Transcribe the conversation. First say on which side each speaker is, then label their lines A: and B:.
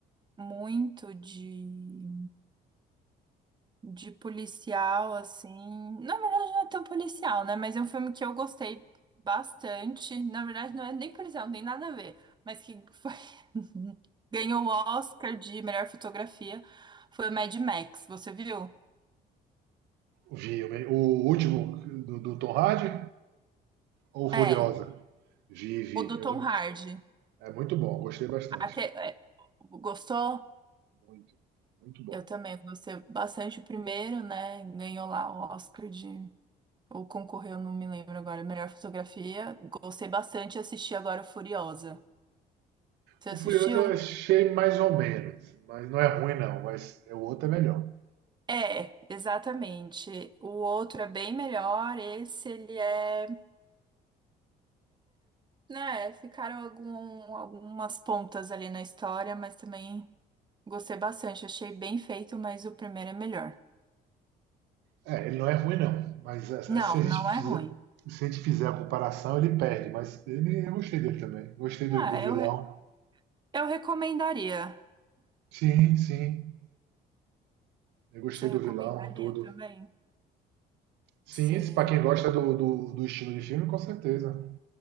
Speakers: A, on the right (about 25°); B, on the right (about 85°).
A: muito de de policial, assim. Na verdade, não é tão policial, né? Mas é um filme que eu gostei bastante. Na verdade, não é nem policial, nem nada a ver. Mas que foi... <laughs> ganhou o Oscar de melhor fotografia foi o Mad Max. Você viu?
B: Vi, o último do, do Tom Hardy ou Furiosa?
A: É,
B: Vi, vi.
A: o do
B: Eu,
A: Tom Hardy.
B: É muito bom, gostei bastante.
A: Aque- é, gostou?
B: Muito, muito bom.
A: Eu também gostei bastante o primeiro, né? Ganhou lá o Oscar de. Ou concorreu, não me lembro agora. Melhor fotografia. Gostei bastante e assisti agora o Furiosa. Você
B: O
A: assistiu?
B: Furioso eu achei mais ou menos, mas não é ruim não, mas é o outro é melhor.
A: É, exatamente. O outro é bem melhor, esse ele é, né, ficaram algum- algumas pontas ali na história, mas também gostei bastante, achei bem feito, mas o primeiro é melhor.
B: É, ele não é ruim não, mas é-
A: Não,
B: é, se a gente
A: não é
B: fizer,
A: ruim.
B: se a gente fizer a comparação ele perde, mas ele, eu gostei dele também. Gostei do,
A: Ah,
B: do vilão.
A: eu, re- eu recomendaria.
B: Sim, sim, eu gostei
A: Você
B: do
A: recomendaria
B: vilão, tudo.
A: também?
B: Sim,
A: Sim,
B: isso para quem gosta do, do, do estilo de filme, com certeza.